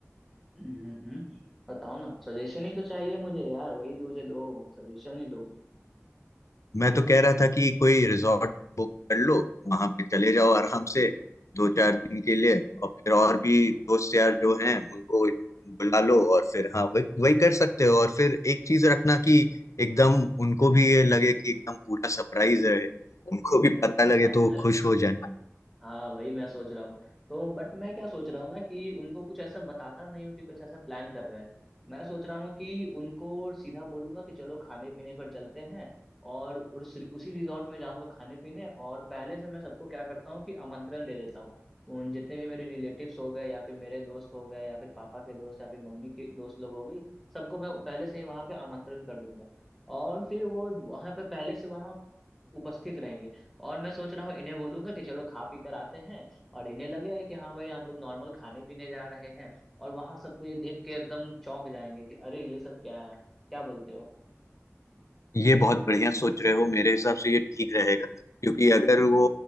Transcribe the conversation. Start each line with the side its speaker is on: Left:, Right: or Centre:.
Centre: हम्म हम्म, हम्म। बताओ ना सजेशन ही तो चाहिए मुझे यार वही दो से दो सजेशन ही दो मुझे
Left: मैं तो कह रहा था कि कोई रिजॉर्ट बुक कर लो वहां पे चले जाओ आराम से दो चार दिन के लिए और फिर और भी दोस्त यार जो हैं उनको बुला लो और फिर हाँ वही वही कर सकते हो और फिर एक चीज रखना कि एकदम उनको भी ये लगे कि एकदम पूरा सरप्राइज रहे उनको भी पता लगे
Centre: <laughs>
Left: तो वो खुश हो जाए
Centre: हाँ वही मैं सोच रहा हूँ तो बट मैं क्या सोच रहा हूँ ना कि उनको कुछ ऐसा बताता नहीं हूँ कि कुछ ऐसा प्लान कर रहे हैं मैं सोच रहा हूँ कि उनको सीधा बोलूंगा कि चलो खाने पीने पर चलते हैं और उस, उसी रिजॉर्ट में जाऊंगा खाने पीने और पहले से मैं सबको क्या करता हूँ कि आमंत्रण दे देता हूँ उन जितने भी मेरे रिलेटिव्स हो गए या फिर मेरे दोस्त हो गए या फिर पापा के दोस्त या फिर मम्मी के दोस्त लोग हो गई सबको मैं पहले से ही वहां पे आमंत्रण कर दूंगा और फिर वो वहां पे पहले से वहां उपस्थित रहेंगे और मैं सोच रहा हूँ इन्हें बोलूंगा कि चलो खा पी कर आते हैं और इन्हें लगेगा कि हाँ भाई हम लोग नॉर्मल खाने पीने जा रहे हैं और वहां सबको ये देख के एकदम चौंक जाएंगे कि अरे ये सब क्या है क्या बोलते हो
Left: ये बहुत बढ़िया सोच रहे हो मेरे हिसाब से ये ठीक रहेगा क्योंकि अगर वो